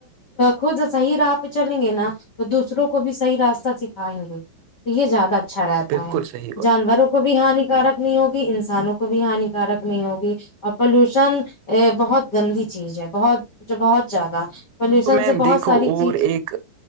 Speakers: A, on the left (about 40°); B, on the right (about 90°).
A: خود صی را چلیں گے نا تو دوسروں کو بھی صحی راستہ سکھائیں گے تو یہ زیادہ اچھا رہتا
B: بالکل
A: ہے
B: صحیح بات
A: جانوروں کو بھی ہانیکارک نہیں ہوگی انسانوں کو بھی ہانیکارک نہیں ہوگی اور پولوشن ا بہت گندی چیز ہے بہت جو بہت زیادہ پولوشن
B: تو میم
A: سے بہت
B: دیکھو
A: ساری
B: اور
A: چیز
B: ایک